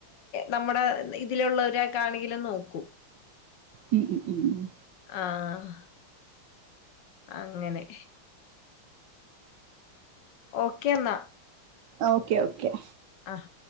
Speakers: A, on the left (about 70°); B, on the right (about 70°).
A: നമ്മുടെ ഇതിലുള്ളവരാക്കാ ആണെങ്കിലും നോക്കൂ.
B: ഉം ഉം ഉം ഉം
A: ആഹ് അങ്ങനെ ഓക്കെ എന്നാ
B: ഓക്കെ ഓക്കെ
A: ആഹ്.